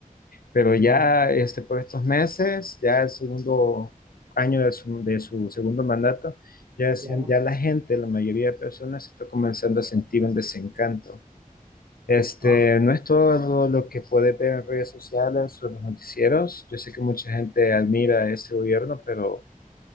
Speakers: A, on the left; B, on the right.
A: pero
B: mm,
A: ya este, por estos meses, ya el segundo año de su, de su segundo mandato, ya, se-
B: claro,
A: ya la gente, la mayoría de personas, está comenzando a sentir un desencanto este,
B: ah,
A: no es todo lo que puede ver en redes sociales o en los noticieros. Yo sé que mucha gente admira ese gobierno, pero